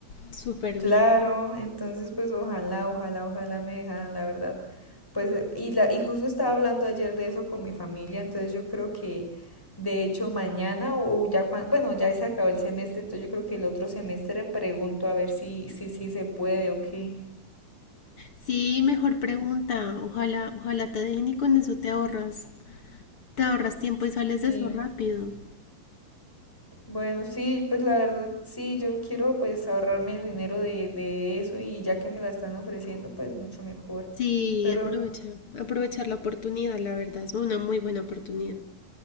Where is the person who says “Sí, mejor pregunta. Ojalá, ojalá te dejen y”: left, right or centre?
Left